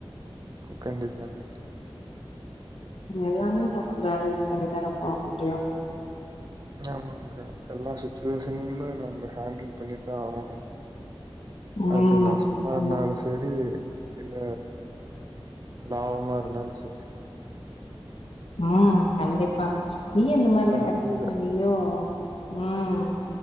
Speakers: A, on the right; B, on the left.
A: கண்டிப்பாங்க
B: எல்லாமே நம்ம பேலன்ஸ் பண்ணிதானே போ முடியு
A: ஆமாங்கா எல்லா சுச்சுவேஷன்மு நம்ம ஹேண்டில் பண்ணித்தா ஆகணு
B: ம்.
A: அது நஷ்டமா
B: ஆமா.
A: இருந்தாலு செரி இல்ல லாபமா இருந்தாலு செரி
B: ம் கண்டிப்பா நீ அந்த மாரிலா
A: ஃபேமிலில
B: <unintelligible> வேண்டிது ம்